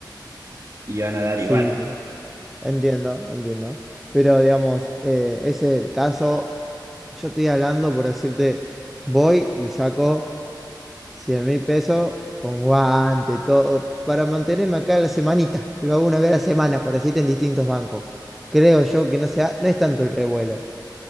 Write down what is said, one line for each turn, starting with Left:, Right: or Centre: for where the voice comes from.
Right: y van a dar
Centre: sí,
Right: igual.
Centre: sí. Entiendo, entiendo. Pero digamos, eh, ese es el caso. Yo estoy hablando por decirte, voy y saco cien mil pesos con guante, todo, para mantenerme acá la semanita. Lo hago una vez a la semana, por decirte, en distintos bancos. Creo yo que no sea, no es tanto el revuelo.